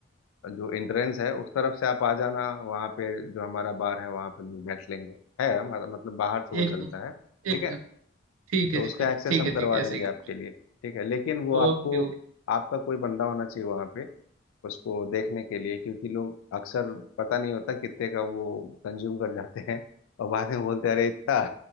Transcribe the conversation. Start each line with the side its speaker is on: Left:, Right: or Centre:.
Left: जो एंट्रेंस है उस तरफ से आप आ जाना वहाँ पे जो हमारा बार है वहाँ पे लोग बैठ लेंगे है हमारा मतलब बाहर से
Right: एकदम
Left: वो चलता है ठीक
Right: एकदम
Left: है
Right: ठीक है
Left: तो
Right: जी
Left: उसका
Right: ठीक
Left: एक्सेस
Right: है ठीक
Left: हम
Right: है ठीक
Left: करवा
Right: है ऐसे
Left: देंगे
Right: ही
Left: आपके
Right: कर
Left: लिए ठीक है लेकिन वो आपको
Right: ओके ओके
Left: आपका कोई बंदा होना चाहिए वहाँ पे उसको देखने के लिए क्योंकि लोग अक्सर पता नहीं होता कितने का वो कंज्यूम कर जाते हैं और बाद में बोलते हैं, अरे इतना